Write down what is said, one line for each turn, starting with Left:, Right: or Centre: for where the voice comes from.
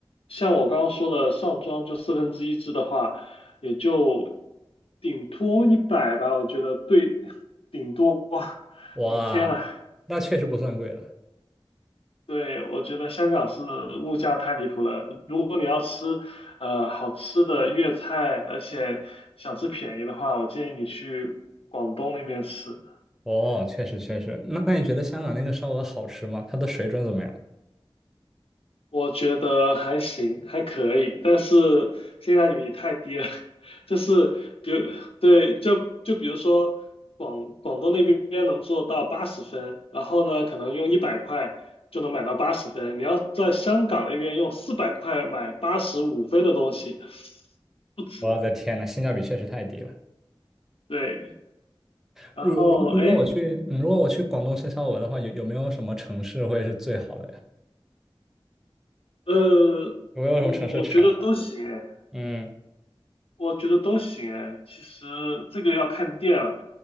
Left: 像我刚刚说的上庄就四分之一只的话，也就顶多一百吧，我觉得对，<laughs> 顶多，<laughs>
Centre: 哇，
Left: 顶天了。
Centre: 那确实不算贵了。
Left: 对，我觉得香港是物价太离谱了。如果你要吃呃好吃的粤菜，而且想吃便宜的话，我建议你去广东那边吃。
Centre: 哦，确实确实。那那你觉得香港那个烧鹅好吃吗？它的水准怎么样？
Left: 我觉得还行，还可以，但是性价比太低了。<laughs> 就是比如，对，就就比如说广广东那边能做到八十分，然后呢，可能用一百块就能买到八十分。你要在香港那边用四百块买八十五分的东西，不止。
Centre: 我的天呐，性价比确实太低了。
Left: 对，然后哎，
Centre: 如如如果我去，
Left: 诶
Centre: 嗯，如果我去广东深烧鹅的话，有有没有什么城市会是最好的呀？
Left: 呃，
Centre: 有没有什么城市产烧？
Left: 嗯，我觉得都行哎。
Centre: 嗯
Left: 我觉得都行哎，其实这个要看店了，